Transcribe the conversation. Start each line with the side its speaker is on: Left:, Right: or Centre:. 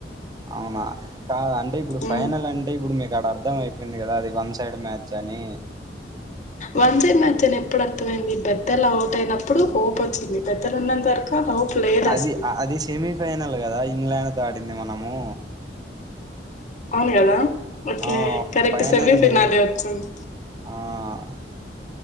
Right: అవునా కాద్ అంటే ఇప్పుడు
Left: హ్మ్
Right: ఫైనల్ అంటే ఇప్పుడు మీకు ఆడ అర్థం అయిపోయింది గదా అది. వన్ సైడ్ మ్యాచ్ అనీ
Left: వన్ సైడ్ మ్యాచ్ అని ఎప్పుడు అర్థమైంది బెద్దల్ అవుట్ అయినప్పుడు హోప్ వచ్చింది బెద్దల్ ఉన్నంత వరకు హోప్ లేదు
Right: అది
Left: అసలు
Right: అది సెమీఫైనల్ కదా ఇంగ్లాండ్ తో ఆడింది మనము
Left: అవును కదా ఓకే
Right: ఆ
Left: కరెక్ట్
Right: ఫైనల్
Left: సేఫర్
Right: న్యూజి
Left: నాదే వచ్చింది
Right: ఆ